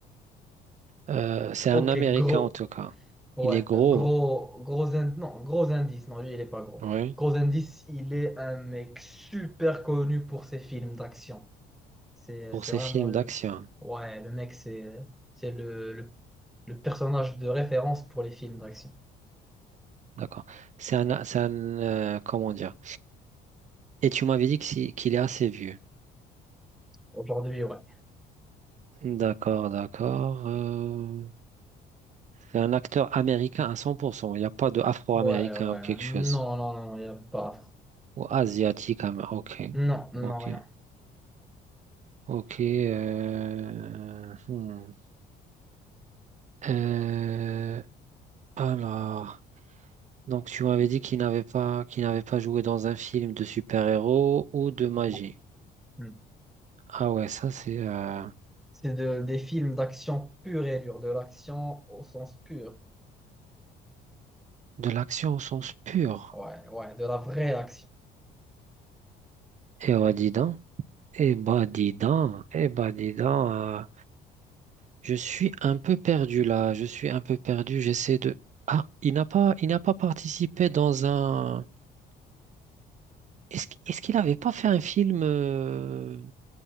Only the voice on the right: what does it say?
Euh, c'est un
Américain
en tout cas.
Il est gros.
Oui.
Pour
ses
films
d'action.
D'accord. C'est un, c'est un, euh, comment dire? Et tu m'avais dit que si- qu'il est assez vieux.
D'accord, d'accord. Euh, c'est un acteur américain à 100%. Il n'y a pas de afro-américain
ou quelque chose.
Ou asiatique. am- Ok.
Ok.
Ok. euh, hmm. Euh, alors, donc tu m'avais dit qu'il n'avait pas, qu'il n'avait pas joué dans un film de super-héros ou de magie.
Ah ouais, ça c'est euh,
de l'action au sens pur.
Eh bah dis donc. Eh bah dis donc. Eh bah dis donc. euh, Je suis un peu perdu là, je suis un peu perdu, j'essaie de... Ah, il n'a pas, il n'a pas participé dans un... Est-ce, qu- est-ce qu'il n'avait pas fait un film euh,